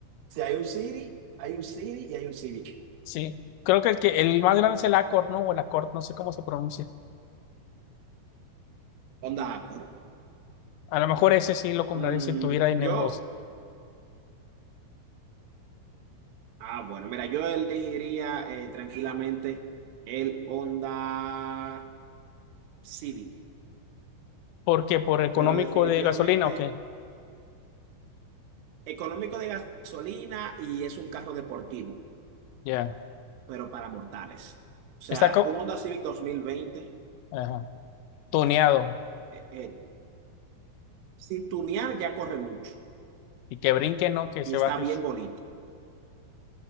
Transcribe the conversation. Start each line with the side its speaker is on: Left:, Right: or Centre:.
Right: Si hay un City, hay un City y hay un Civic.
Left: sí. Creo que el que el más grande es el Accord, ¿no? O el Accord, no sé cómo se pronuncia.
Right: Honda Accord.
Left: A lo mejor ese sí lo compraría
Right: Mm,
Left: si tuviera dinero.
Right: yo.
Left: o s-
Right: Ah, bueno, mira, yo elegiría eh, tranquilamente el Honda Civic,
Left: ¿Por qué? ¿Por económico
Right: pero definitivamente
Left: de gasolina o qué?
Right: económico de gasolina y es un carro deportivo,
Left: Ya.
Right: pero para mortales. O sea,
Left: Está co-
Right: un Honda Civic 2020,
Left: Ajá. tuneado.
Right: eh, eh, sin tunear ya corre mucho
Left: Y que brinque, ¿no? Que
Right: y
Left: se
Right: está
Left: baje.
Right: bien bonito.